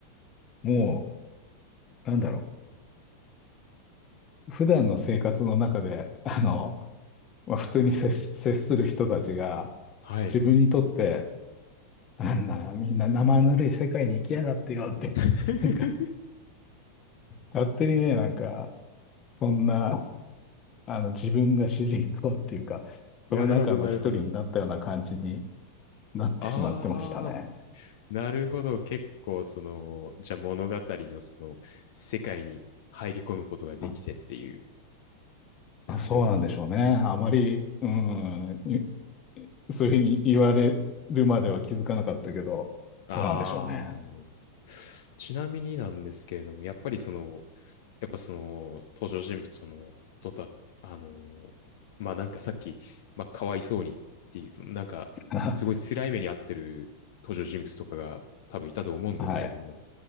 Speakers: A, on the left; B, on the left.
A: ーもう、なんだろう、普段の生活の中で、あの、まあ、普通に接し、接する人たちが、
B: はい。
A: 自分にとって、なんだ、みんな生ぬるい世界に行きやがってよって、
B: <laughs>
A: なんか、勝手にね、なんか、そんな、あの、自分が主人公っていうか、その中の一人になったような感じに
B: なるほど、なるほど。
A: なってしまってましたね。
B: あー、なるほど。結構、その、じゃあ物語のその、世界に入り込むことができてっていう。
A: あ、
B: なるほど。
A: あそうなんでしょうね。あまり、うん、いそういうふうに言われるまでは気づかなかったけど、
B: ああ、
A: そうなんでしょうね。
B: ちなみになんですけれども、やっぱりその、やっぱその、登場人物のことだ、あのー、まあなんかさっき、まあかわいそうにっていう、そのなんか、
A: <laughs> は
B: すごい辛い目に遭ってる登場人物とかが多分いたと思うんですけれども、
A: い。はい